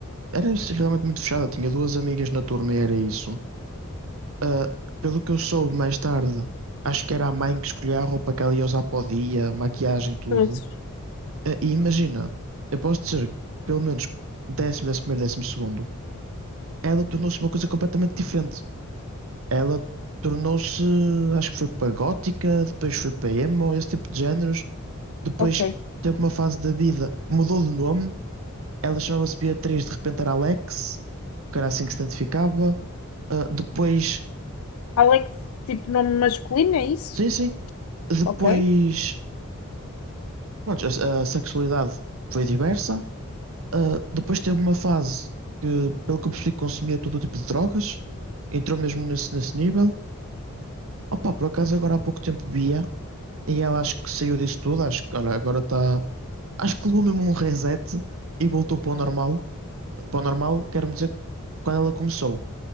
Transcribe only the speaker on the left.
trouxe.
ok.
Alex, tipo nome masculino, é isso?
Ok,